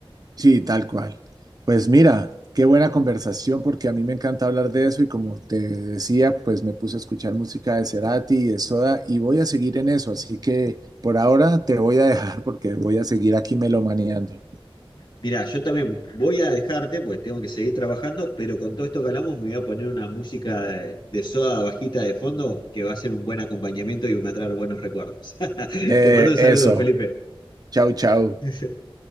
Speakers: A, on the right; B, on the left.
A: Sí, tal cual. Pues mira, qué buena conversación porque a mí me encanta hablar de eso y como te decía, pues me puse a escuchar música de Cerati y de Soda y voy a seguir en eso, así que por ahora te voy a dejar porque voy a seguir aquí melomaneando.
B: Mirá, yo también voy a dejarte, pues tengo que seguir trabajando, pero con todo esto que hablamos me voy a poner una música de, de soda bajita de fondo que va a ser un buen acompañamiento y me va a traer buenos recuerdos. <laughs>
A: Eh,
B: Te mando un saludo,
A: eso,
B: Felipe.
A: chau, chau.
B: <laughs>